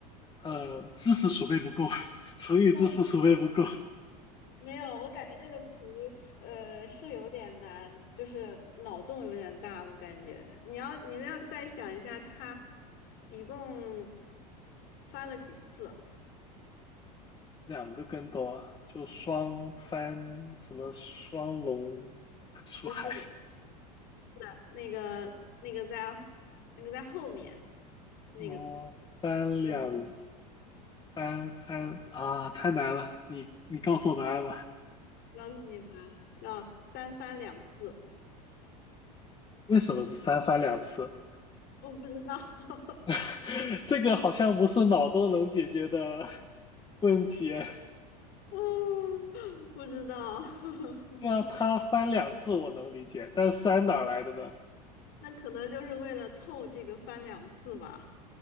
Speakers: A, on the left; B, on the left.
A: 呃知识储备不够，<laughs> 成语知识储备不够，
B: 但没有，我感觉这个题呃是有点难，就是脑洞有点大，我感觉。你要你要再想一下，它一共翻了几次？
A: 两个跟斗啊，就双翻什么双龙 <laughs> 出海
B: 不是那那个那个在那个在后面那个，
A: 哦，翻两
B: 嗯，
A: 翻翻啊，太难了，你你告诉我答案吧，
B: 告诉你吧，叫三翻两次。
A: 为什么是三翻两次？
B: 我不知道，<laughs>
A: <laughs> 这个好像不是脑洞能解决的 <laughs> 问题啊。
B: <laughs> 嗯，不知道，<laughs>
A: 对啊他翻两次我能理解，但三哪儿来的呢？
B: 那可能就是为了凑这个翻两次吧。